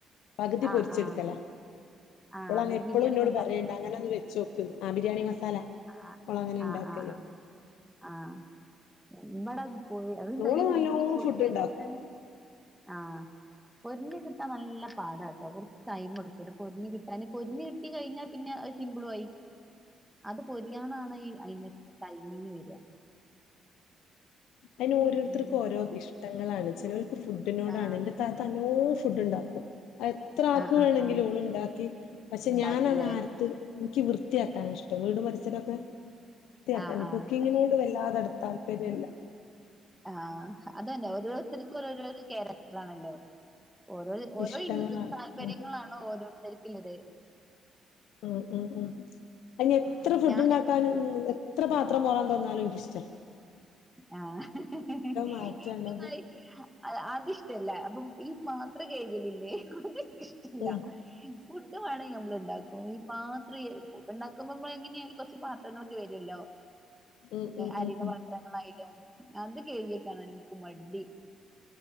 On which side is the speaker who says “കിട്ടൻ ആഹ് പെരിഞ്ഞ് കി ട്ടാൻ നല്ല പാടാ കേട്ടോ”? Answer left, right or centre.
Centre